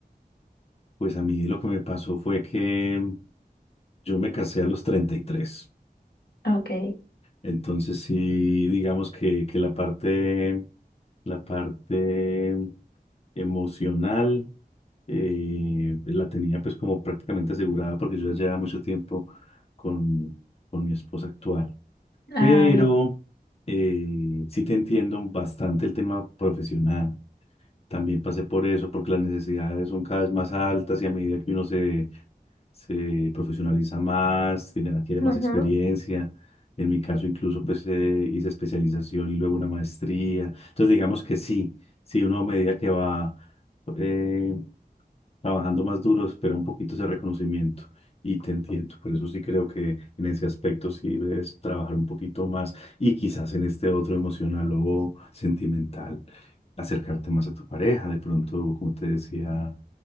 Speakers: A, on the left; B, on the left.
A: Pues a mí lo que me pasó fue que... Yo me casé a los treinta y tres,
B: ok.
A: Entonces sí, digamos que, que la parte, la parte emocional eh, la tenía pues como prácticamente asegurada porque yo ya llevaba mucho tiempo con, con mi esposa actual.
B: Ah,
A: Pero
B: bien.
A: eh, sí te entiendo bastante el tema profesional. También pasé por eso porque las necesidades son cada vez más altas y a medida que uno se se profesionaliza más, tiene, adquiere
B: Ujú.
A: más experiencia. En mi caso, incluso, pues eh, hice especialización y luego una maestría. Entonces, digamos que sí, sí, uno a medida que va eh, trabajando más duro, espera un poquito ese reconocimiento. Y te entiendo, por eso sí creo que en ese aspecto sí debes trabajar un poquito más y quizás en este otro emocional o sentimental, acercarte más a tu pareja. De pronto, como te decía,